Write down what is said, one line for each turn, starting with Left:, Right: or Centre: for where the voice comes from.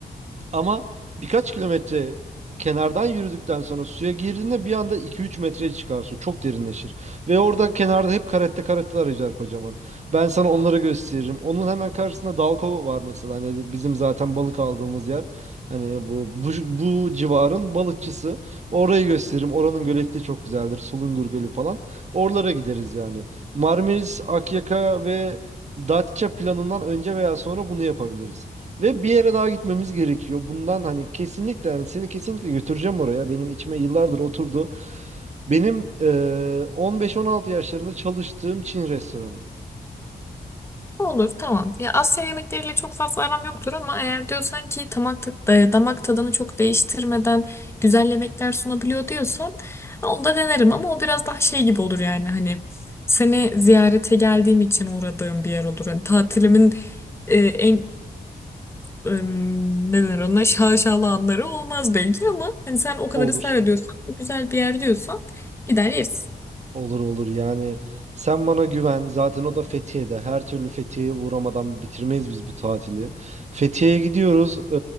Right: Ama birkaç kilometre kenardan yürüdükten sonra suya girdiğinde bir anda iki üç metreye çıkar su. Çok derinleşir. Ve orada kenarda hep karette karetteler yüzer kocaman. Ben sana onları gösteririm. Onun hemen karşısında Dalkova var mesela. Hani bizim zaten balık aldığımız yer. Hani bu, bu, bu civarın balıkçısı. Orayı gösteririm. Oranın göleti çok güzeldir. Sulungur Gölü falan. Oralara gideriz yani. Marmaris, Akyaka ve Datça planından önce veya sonra bunu yapabiliriz. Ve bir yere daha gitmemiz gerekiyor. Bundan hani kesinlikle yani seni kesinlikle götüreceğim oraya. Benim içime yıllardır oturdu. Benim eee, 15-16 yaşlarında çalıştığım Çin restoranı.
Left: Olur tamam. Ya Asya yemekleriyle çok fazla aram yoktur ama eğer diyorsan ki damak, e, damak tadını çok değiştirmeden güzel yemekler sunabiliyor diyorsan onu da denerim ama o biraz daha şey gibi olur yani hani seni ziyarete geldiğim için uğradığım bir yer olur. Hani tatilimin e, en e, ne denir ona şaşalı anları olmaz belki ama hani sen o kadar
Right: Olur.
Left: ısrar ediyorsan güzel bir yer diyorsan gider yeriz.
Right: Olur olur yani sen bana güven zaten o da Fethiye'de her türlü Fethiye'ye uğramadan bitirmeyiz biz bu tatili. Fethiye'ye gidiyoruz Ee,